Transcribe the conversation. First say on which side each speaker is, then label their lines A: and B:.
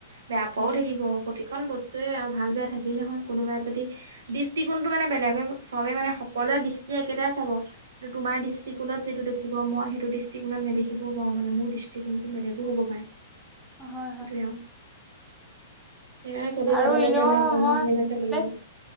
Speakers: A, on the right; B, in the centre.
A: বেয়া পোৱাও
B: উম
A: থাকিব। প্ৰতিখন বস্তুৱে আৰু ভাল বেয়া থাকেই নহয় কোনোবাই যদি দৃষ্টিকোণতটো মানে বেলেগ বেলেগ চবে মানে সকলোৱে দৃষ্টি একেটাই চাব। তো তোমাৰ দৃষ্টিকোণত যিটো দেখি দিব মই সেইটো দৃষ্টিকোণত নেদখিবও পাৰোঁ মানে মোৰ দৃষ্টিকোণটো বেলেগো হ'ব পাৰে।
B: হয়
A: সেইটোৱে
B: হয়',
A: আৰু সেইকাৰণে চবেই
B: আৰু
A: যাব
B: এনেও
A: লাগে আমাৰ অসমীয়া
B: মই
A: চিনেমা
B: মানে
A: চাব লাগে